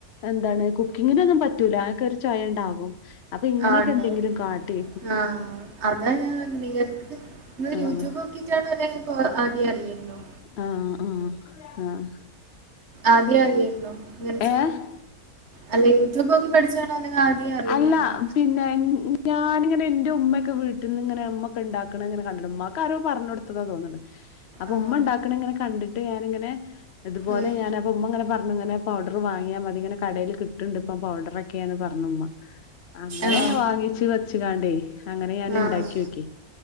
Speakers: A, on the left; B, on the right.
A: എന്താണ് ഇങ്ങനെഒന്നും പറ്റൂല അതൊക്കൊരു ചൊയ ണ്ടാകും അപ്പൊ ഇങ്ങനെയൊക്കെ
B: ആഹ് ഉണ്ടാവും
A: എന്തെങ്കിലും കാട്ടെ
B: ആഹ് അതാ ഞാൻ പറിണ് നിങ്ങൾക്ക് നിങ്ങള്
A: ആഹ്
B: യൂട്യൂബോക്കി ട്ടാണോഎല്ലേ ഇങ്ങക്ക് ആദ്യേ അറിയാരുന്നൊ
A: ആഹ് ആഹ് ആഹ്
B: ആദ്യേ അറിയായിര്ന്നോ ഇങ്ങനെ ചെ
A: ഏഹ്
B: അല്ലയൂ യൂട്യൂബ് നോക്കി പഠിച്ച പഠിച്ചാണോ അല്ലെന്ന് ആദ്യെ അറിയുന്നതണോ
A: അല്ല പിന്നെ ഞാനിങ്ങനെ എന്റെ ഉമ്മയൊക്കെ വീട്ടിൽന്ന് ഇങ്ങെ അമ്മക്ക ഉണ്ടക്കണ ഇങ്ങനെ കണ്ടിട്ട് ഉമ്മാക്ക് ആരോ പറഞ്ഞ് കൊടുത്തത തോന്നത് അപ്പൊ
B: ആഹ്
A: ഉമ്മ ഉണ്ടാക്കണ ഇങ്ങനെ കണ്ടിട്ട് ഞാനിങ്ങനെ ഇതുപോലെ
B: ഉം
A: ഞാൻ അപ്പ ഉമ്മ അങ്ങനെ പറഞ്ഞു പൗഡർ വാങ്ങിയാ മതി ഇങ്ങനെ കടയിൽ കിട്ടുണ്ട് ഇപ്പം പൗഡറക്കെയാന്ന് പറഞ്ഞു ഉമ്മ അങ്ങനെ
B: ആഹ്
A: വാങ്ങിച്ചു വെച്ച കാണ്ടേ അങ്ങനെ ഞാൻ ഉണ്ടാക്കി
B: ആഹ്
A: നോക്കി